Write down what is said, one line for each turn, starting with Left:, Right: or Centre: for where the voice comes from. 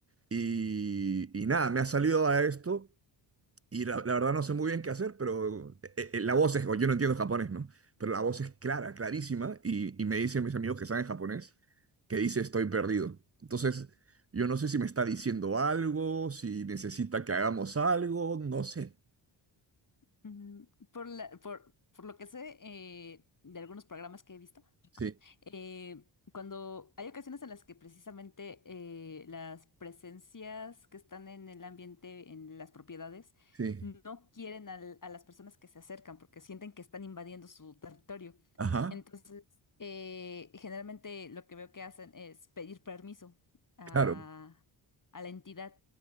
Right: Y, y nada, me ha salido a esto y la, la verdad no sé muy bien qué hacer, pero eh, eh, la voz es, o yo no entiendo japonés, ¿no? Pero la voz es clara, clarísima y, y me dicen mis amigos que saben japonés que dice estoy perdido. Entonces, yo no sé si me está diciendo algo, si necesita que hagamos algo, no sé.
Left: Ujú. Por la- por, por lo que sé eh, de algunos programas que he visto,
Right: Sí,
Left: eh, cuando hay ocasiones en las que precisamente eh, las presencias que están en el ambiente, en las propiedades,
Right: sí.
Left: no quieren al- a las personas que se acercan porque sienten que están invadiendo su territorio.
Right: Ajá,
Left: Entonces, eh, generalmente lo que veo que hacen es pedir permiso a,
Right: claro,
Left: a la entidad.